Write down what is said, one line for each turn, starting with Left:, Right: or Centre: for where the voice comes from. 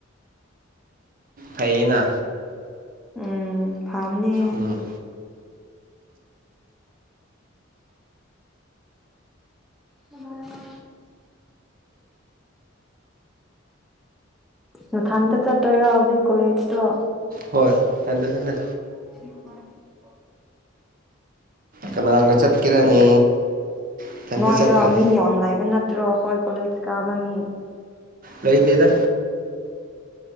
Right: ꯐꯩꯌꯦꯅ
Centre: ꯎꯝ ꯐꯥꯕꯅꯦ
Right: ꯎꯝ
Centre: <unintelligible> ꯅꯊꯟꯇ ꯆꯠꯇꯣꯏꯔꯥ ꯍꯧꯖꯤꯛ ꯀꯣꯂꯦꯖꯇꯣ
Right: ꯍꯣꯏ ꯏꯊꯟꯗꯅꯅꯤ
Centre: <unintelligible>
Right: ꯀꯅꯥꯒ ꯆꯠꯀꯦꯔꯅꯦ ꯏꯊꯟꯗ
Centre: ꯅꯣꯏꯗ
Right: ꯆꯠꯇ꯭ꯔꯗꯤ
Centre: ꯃꯤ ꯌꯥꯝ ꯂꯩꯕ ꯅꯠꯇ꯭ꯔꯣ ꯑꯩꯈꯣꯏ ꯀꯣꯂꯦꯖ ꯀꯥꯕ ꯃꯤ
Right: ꯂꯩꯇꯦꯗ